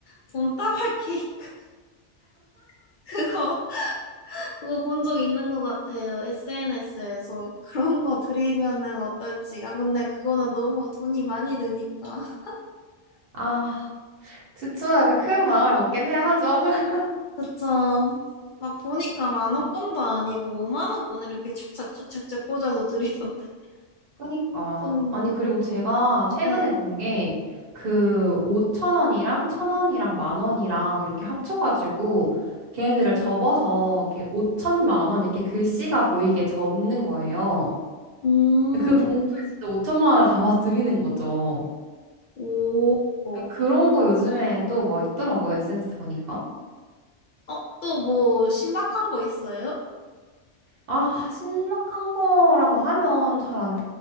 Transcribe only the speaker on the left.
돈다발 케이크 <laughs> 그거 그거 본 적 있는 것 같아요. SNS에서 그런 거 드리면은 어떨지. 아 근데 그거는 너무 돈이 많이 드니까. <laughs>
그쵸. 막 보니까 만 원권도 아니고 오만 원권을 이렇게 차차차차차 꽂아서 드리던데.
좀,
네.
음,
오.
어, 또 뭐 신박한 거 있어요?